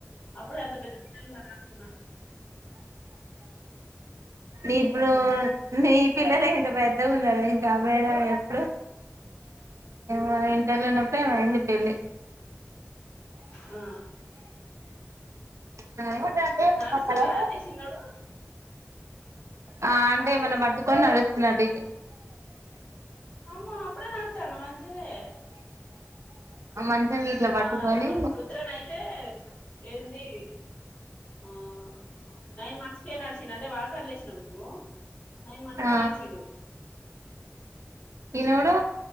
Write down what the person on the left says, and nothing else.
అప్పుడే అంత పెద్ద పిల్లలు ఉన్నార అనుకున్నా
ఆ
నడుస్తున్నాడా
అండి చిన్నోడు
అమ్మ అప్పుడే నడుతాండు మంచిదే
మా
రు రుద్రన్ అయితే ఏంది ఆ నైన్ మంత్స్కే నడిచిండు అంటే వాకర్ల ఏసినందుకు నైన్ మంత్కే
నడిచిండు